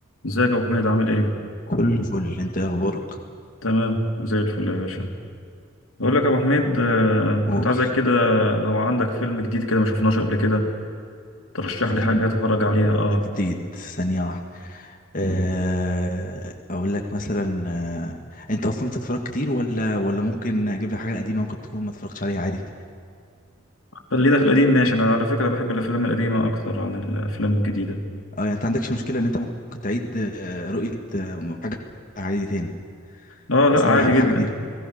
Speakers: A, on the left; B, on the left.
A: ازيك يا ابو حميد عامل ايه
B: كله فل انت يا اخبارك
A: تمام زي الفل يا باشا بقول لك يا ابو حميد آه،
B: قول
A: كنت عايزك كده لو عندك فيلم جديد كده ما شفناش قبل كده ترشح
B: فيلم
A: لي حاجه اتفرج عليها
B: فيلم
A: اه
B: جديد ثانية واحدة آه، اقول لك مثلا آه، انت اصلا بتتفرج كتير ولا ولا ممكن اجيب لك حاجة قديمة ممكن تكون ما اتفرجتش عليها عادي
A: خلينا في القديم ماشي انا على فكره بحب الافلام القديمه اكتر عن الافلام الجديده
B: اه يعني انت عندكش مشكلة ان انت ممكن تعيد آه، رؤية آه، حاجة عادي تاني
A: اه لا
B: اصل
A: عادي
B: انا بحب الحاجات
A: جدا
B: دي